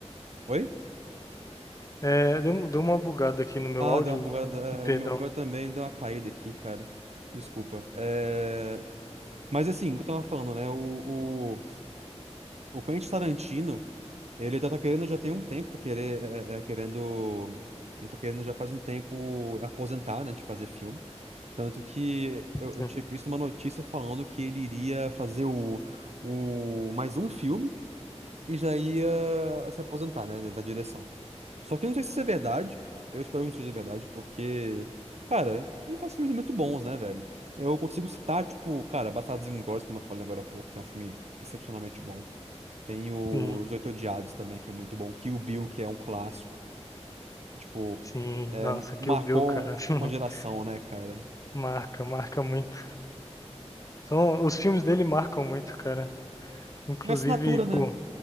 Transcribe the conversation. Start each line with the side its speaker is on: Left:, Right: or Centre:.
Right: Oi?
Left: É, deu, deu uma bugada aqui no meu
Right: Ah,
Left: áudio.
Right: deu uma bugada. é,
Left: Perdão.
Right: O meu o meu também deu uma caída aqui, cara. Desculpa. É... Mas assim, o que eu tava falando, né? O, O Quentin Tarantino, ele já tá querendo já tem um tempo, querer, é, é, é, querendo, ele tá querendo já faz um tempo aposentar, né, de fazer filme. Tanto que eu,
Left: Sim,
Right: eu tinha visto uma notícia falando que ele iria fazer o, o mais um filme e já ia se aposentar, né, da, da direção. Só que eu não sei se isso é verdade, eu espero que não seja verdade, porque, cara, ele faz filmes muito bons, né, velho? Eu consigo citar, tipo, cara, Bastardos Inglórios, como eu falei agora há pouco, que é um filme excepcionalmente bom. Tem o-
Left: sim.
Right: os Oito Odiados também, que é muito bom. Kill Bill, que é um clássico. Tipo,
Left: sim.
Right: é,
Left: Nossa, Kill
Right: marcou
Left: Bill, cara. <laughs>
Right: uma geração, né, cara?
Left: Marca, marca muito. São, os filmes dele marcam muito, cara. Inclusive,
Right: Tem a assinatura, né?
Left: pô.